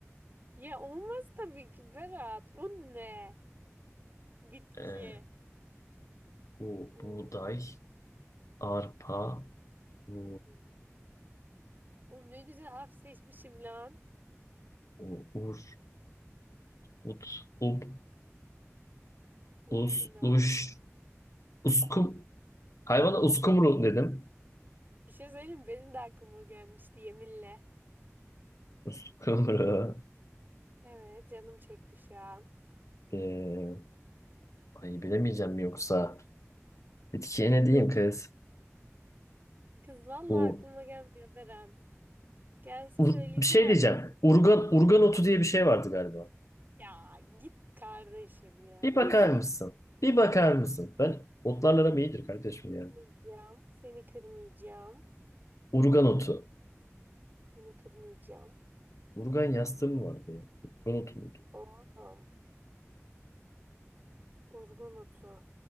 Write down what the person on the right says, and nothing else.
Ya olmaz tabii ki Berat. O ne? Bitki.
Oo.
oo. Oğlum ne güzel harf seçmişim lan.
Oo,
Uğuyla.
Bir şey söyleyeyim mi? benim de aklıma gelmişti yeminle.
Evet canım çekti şu an.
Yok
kız vallahi
aklıma gelmiyor Berat. Gelse
söyleyeceğim.
Ya git kardeşim ya.
Uydurup
kırmayacağım.
Seni kırmayacağım.
Seni kırmayacağım.
Oo. Urgun otu.